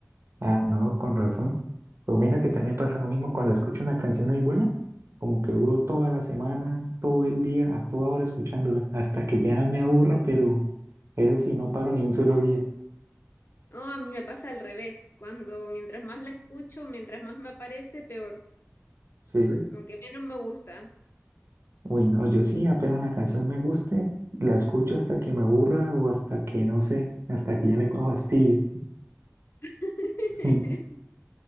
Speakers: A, on the right; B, on the left.
A: Ah, no, con razón. Pero mira que también me pasa lo mismo cuando escucho una canción muy buena, como que duro toda la semana, todo el día, a toda hora escuchándola, hasta que ya me aburra, pero eso sí, no paro ni un solo día.
B: No, a mí me pasa al revés, cuando mientras más la escucho, mientras más me aparece, peor,
A: Sí.
B: como que menos me gusta.
A: Uy, no, yo sí, apenas una canción me guste, la escucho hasta que me aburra o hasta que, no sé, hasta que ya le coja fastidio.
B: <laughs>
A: <laughs>